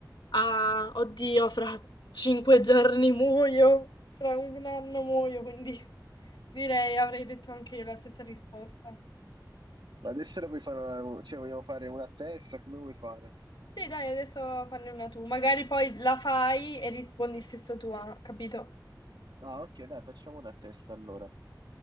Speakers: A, on the left (about 80°); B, on the right (about 85°).
A: a, oddio, fra cinque giorni muoio, fra un anno muoio, quindi <laughs> direi, avrei detto anche io la stessa risposta.
B: Ma adesso la puoi fare una, cioè vogliamo fare una a testa, come vuoi fare?
A: Sì, dai, adesso fanne una tu, magari poi la fai e rispondi stesso tu, ah, capito?
B: Ah, ok, dai, facciamo una a testa allora.